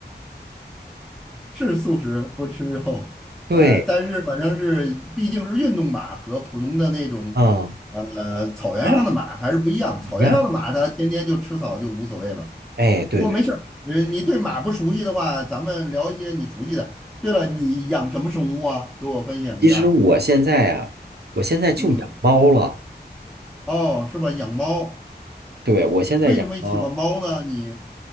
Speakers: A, in the centre; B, on the right.
A: 是素食，不吃肉，
B: 对。
A: 呃，但是反正是毕竟是运动马和普通的那种，
B: 嗯
A: 呃，草原上的马还是不一样。
B: 啊，
A: 草原上的马它天天就吃草就无所谓了。
B: 一样。哎，对对，
A: 不过没事儿，呃，你对马不熟悉的话，咱们聊一些你熟悉的。对了，你养什么生物啊？给我分享一下。
B: 其实我现在啊，我现在就养猫了。
A: 嗯，哦，是吧？养猫，
B: 对，我现在养猫。
A: 为什么喜欢猫呢？你，